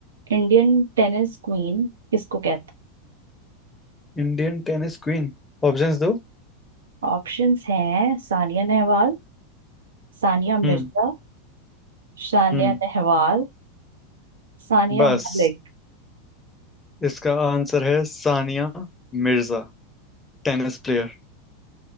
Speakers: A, on the right; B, on the left.
A: इंडियन टेनिस क्वीन किसको कहते
B: Indian tennis queen ऑप्शंस दो
A: हैं ऑप्शंस हैं सानिया नेहवाल सानिया
B: हम्म
A: मिर्जा सानिया
B: हम्म
A: नेहवाल सानिया
B: बस
A: मलिक
B: इसका आंसर है सानिया मिर्जा टेनिस प्लेयर